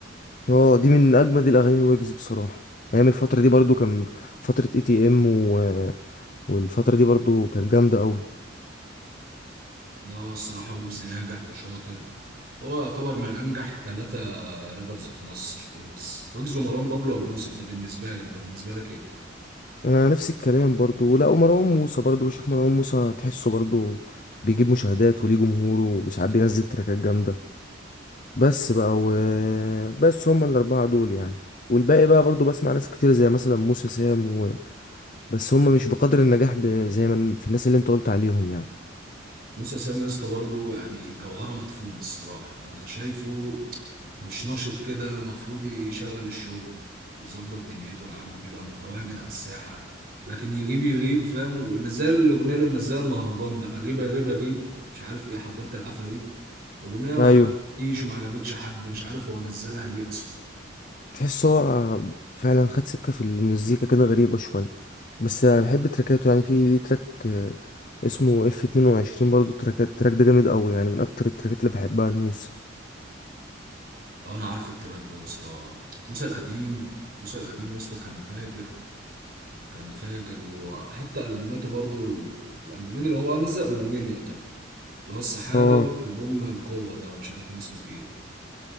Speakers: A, on the left; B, on the right.
A: اه دي من اجمد الاغاني الويجز بصراحه ايام الفتره دي برضو كان فتره اي تي ام و... والفتره دي برضو كانت جامده قوي
B: ده هو الصراحة ويجز ناجح وشاطر هو يعتبر من أنجح ثلاثة رابرز في مصر ويجز ويجز ومروان بابلو وأبو يوسف ده بالنسبة لي أنت بالنسبة لك إيه؟
A: انا نفس الكلام برضو لا ومروان موسى برضو بشوف مروان موسى تحسه برضو بيجيب مشاهدات وليه جمهوره وساعات بينزل تراكات جامده بس بقى و... بس هما الاربعه دول يعني والباقي بقى برضو بسمع ناس كتير زي مثلا موسى سام و... بس هما مش بقدر النجاح ب... زي ما في الناس اللي انت قلت عليهم يعني
B: موسى سام يا اسطى برضه يعني جوهرة مدفونة الصراحة أنا شايفه مش نشط كده المفروض يشغل الشغل يظبط دنيته يا عم يبقى متواجد على الساحة لكن يغيب يغيب فاهم ونزل الأغنية اللي منزلها المهرجان ده أغيب أغيب أغيب مش عارف إيه حضرت العفاريت أغنية ما
A: ايوه
B: عجبتنيش وما عجبتش حد مش عارف هو نزلها ليه أصلا
A: تحس هو فعلا خد سكة في المزيكا كده غريبة شوية بس أنا بحب تراكاته يعني في ليه تراك آه، اسمه اف اتنين وعشرين برضه تراك التراك ده جامد أوي يعني من أكتر التراكات اللي بحبها الموسى
B: لو أنا عارفه التراك ده يا اسطى موسى القديم موسى القديم يا اسطى كان فاجر كان فاجر وحتى ألبوماته برضو ال- الألبومين اللي هو نزل ألبومين يعتبر اللي هو السحابة
A: اه
B: وألبوم القوة ده ولا مش عارف كان اسمه إيه